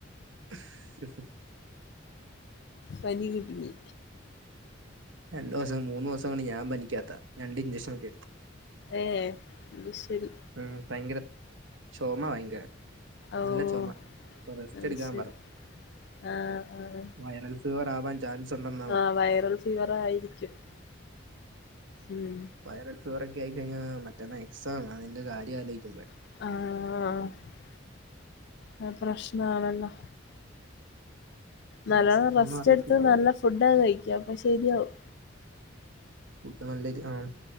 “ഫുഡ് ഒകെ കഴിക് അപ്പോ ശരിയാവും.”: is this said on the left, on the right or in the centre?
Left